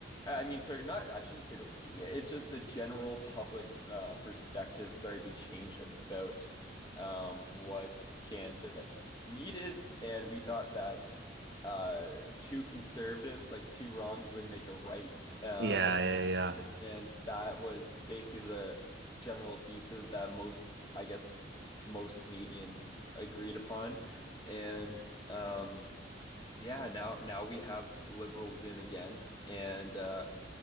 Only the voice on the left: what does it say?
I mean, sorry, not I shouldn't say the media. It's just the general public uh, perspective started to change about um, what Canada needed, and we thought that uh, two conservatives, like two wrongs, would make a right, um,
and that was basically the general thesis that most, I guess, most Canadians agreed upon, and um, yeah, now now we have liberals in again, and uh,